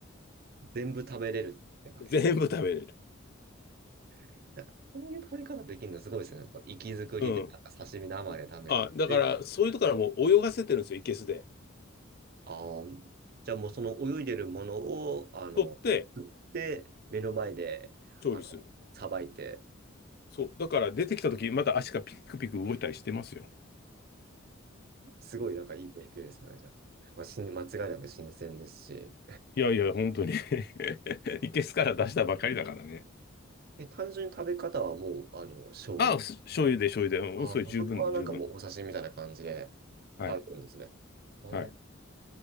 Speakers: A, on the right; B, on the left.
A: 全部食べれるってわけです
B: い。全部食べれる。
A: ね。なんか、そういう食べ方できるのすごいですね。なんか息づくりで、
B: うん。
A: なんか刺身生で食べて、
B: あ、だから、そういうとこからもう泳がせてるんですよ、いけすで。
A: ああ、じゃあもうその泳いでるものを、あの、
B: 取って
A: 食って、目の前で、
B: 調理する。
A: あの、さばいて、
B: そう。だから出てきたとき、また足がピクピク動いたりしてますよ。
A: すごいなんかいい経験ですね。じゃあまあ、し間違いなく新鮮ですし。
B: いやいや、本当に <laughs> いけすから出したばかりだからね。
A: え、単純に食べ方はもう、あの、醤油。
B: ああ、す醤油で醤油で、
A: ああ、
B: うん、それ十分、
A: もうそこはなんかもうお写真みたいな感じで
B: 十分。はい。
A: 食べるんですね。ああ、
B: はい。だか